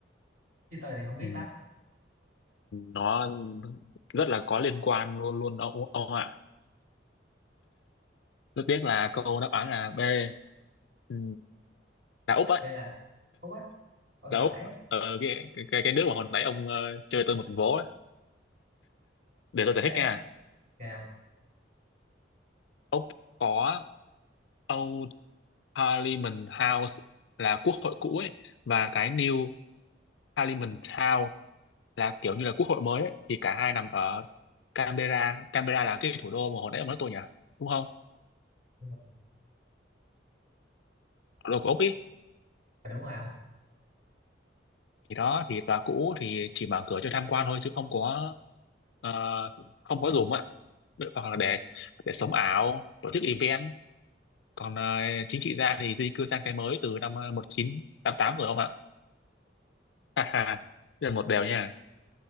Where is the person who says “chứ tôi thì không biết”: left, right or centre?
Right